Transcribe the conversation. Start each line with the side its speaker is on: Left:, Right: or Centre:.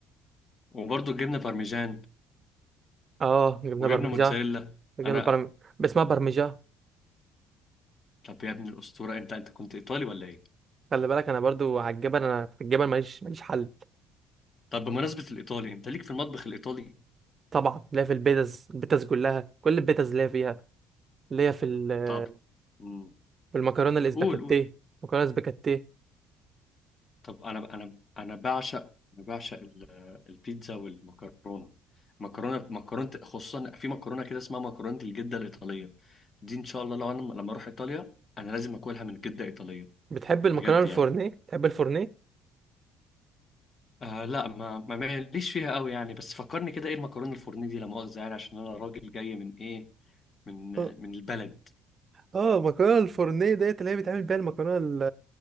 Left: وبرضه جبنه بارميجان
Right: اه جبنه
Left: وجبنه
Right: برمجه
Left: موتزاريلا
Right: جبنه
Left: انا
Right: برم... اسمها برمجه
Left: طب يا ابن الاسطوره انت انت كنت ايطالي ولا ايه
Right: خلي بالك انا برضو على الجبل انا في الجبل ماليش ماليش حل
Left: طب بمناسبه الايطالي انت ليك في المطبخ الايطالي
Right: طبعا ليا في البيتز البيتز كلها كل البيتز ليا فيها ليا في ال-
Left: طب مم.
Right: في المكرونه الاسباجيتيه
Left: قول قول
Right: مكرونه اسباجيتيه
Left: طب انا انا انا بعشق انا بعشق ال- البيتزا والمكرونه مكرونه مكرونه خصوصا في مكرونه كده اسمها مكرونه الجده الايطاليه دي ان شاء الله لو انا لما اروح ايطاليا انا لازم اكلها من جده ايطاليه
Right: بتحب المكرونه
Left: بجد
Right: الفورنيه
Left: يعني
Right: بتحب الفورنيه
Left: آه لا ما ما ماليش فيها قوي يعني بس فكرني كده ايه المكرونه الفرنيه دي لا مؤاخذه يعني عشان انا راجل جاي من ايه من
Right: اه
Left: من البلد
Right: اه المكرونه الفورنيه ديت اللي هي بيتعمل بيها المكرونه ال-